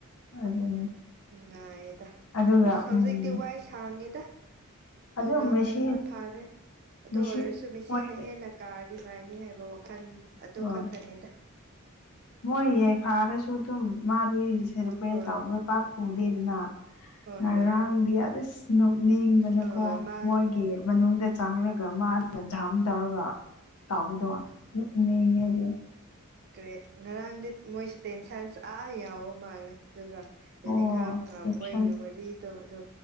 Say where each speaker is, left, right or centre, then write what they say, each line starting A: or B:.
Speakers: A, on the left (about 80°); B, on the right (about 45°).
A: ꯑꯗꯨꯅꯦ
B: ꯅꯨꯡꯉꯥꯏꯌꯦꯗ
A: ꯑꯗꯨꯒ
B: ꯑꯁ ꯍꯧꯖꯤꯛꯇꯤ
A: ꯎꯝ
B: ꯋꯥꯏ ꯁꯥꯡꯉꯦꯗ ꯑꯗꯨ
A: ꯑꯗꯨꯝ
B: ꯉꯝꯕꯗꯨꯅ
A: ꯃꯦꯁꯤ
B: ꯐꯥꯔꯦ ꯑꯗꯨ
A: ꯃꯦꯁꯤ
B: ꯑꯣꯏꯔꯁꯨ ꯃꯤꯁꯤꯅ
A: ꯃꯣꯏ
B: ꯍꯦꯅ ꯀꯥꯔꯗꯤ ꯅꯨꯡꯉꯥꯏꯅꯤ ꯍꯥꯏꯕ ꯋꯥꯈꯜ ꯑꯗꯨ
A: ꯍꯣꯏ
B: ꯈꯛꯇꯅꯤꯗ
A: ꯃꯣꯏ ꯀꯥꯔꯁꯨ ꯑꯗꯨꯝ ꯃꯥꯗꯤ ꯁꯦꯂꯤꯕ꯭ꯔꯦꯠ
B: ꯍꯣꯏ
A: ꯇꯧꯔꯒ ꯄꯥꯛ ꯎꯗꯦꯗꯅ
B: ꯍꯣꯏ
A: ꯉꯔꯥꯡꯗꯤ
B: ꯍꯣꯏ
A: ꯑꯁ ꯅꯣꯛ ꯅꯤꯡꯕꯅꯀꯣ
B: ꯍꯣꯏ ꯃꯥ
A: ꯃꯣꯏꯒꯤ ꯃꯅꯨꯡꯗ ꯆꯪꯔꯒ ꯃꯥꯅ ꯖꯥꯝ ꯇꯧꯔꯒ ꯇꯥꯎꯕꯗꯣ ꯅꯣꯛꯅꯤꯡꯉꯦꯗꯤ
B: ꯀ꯭ꯔꯦ ꯉꯔꯥꯡꯗꯤ ꯃꯣꯏꯁꯨꯦ ꯇꯦꯟꯁꯟꯁꯨ ꯑꯥ ꯌꯧꯕ ꯃꯥꯜꯂꯦ ꯑꯗꯨꯒ ꯕꯦꯂꯤꯡꯒꯝ
A: ꯑꯣ ꯇꯦꯟꯁꯟ
B: ꯃꯣꯏꯒꯤ ꯋꯥꯔꯤꯗꯣ ꯑꯗꯨ